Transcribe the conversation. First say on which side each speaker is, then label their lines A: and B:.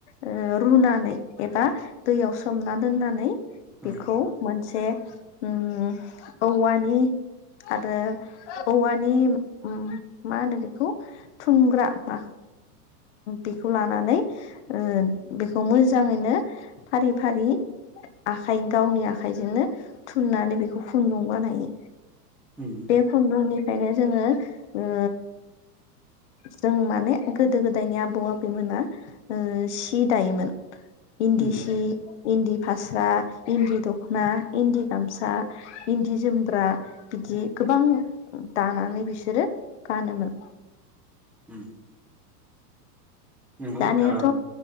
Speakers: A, on the left (about 45°); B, in the centre.
A: ओ रुनानै एबा दैयाव सोमना दोननानै
B: उम
A: बेखौ मोनसे से उम औवानि आरो औवानि उम मा होनो बेखौ थुमग्रा मा बेखौ लानानै ओ बेखौ मोजाङैनो फारि फारि आखाइ गावनि आखाइजोंनो थुननानै बेखौ खुन्दुं बानायो।
B: उम
A: बे खुन्दुनिफ्रायनो जोङो ओ जों माने गोदो गोदायनि आबौ आबैमोना ओ सि दायोमोन। इन्दि
B: उम
A: सि, इन्दि फास स्रा, इन्दि दख'ना, इन्दि गामसा, इन्दि जोमग्रा बिदि गोबां दानानै बिसोरो गानोमोन।
B: उम नंगौ
A: दानियाथ'
B: ओ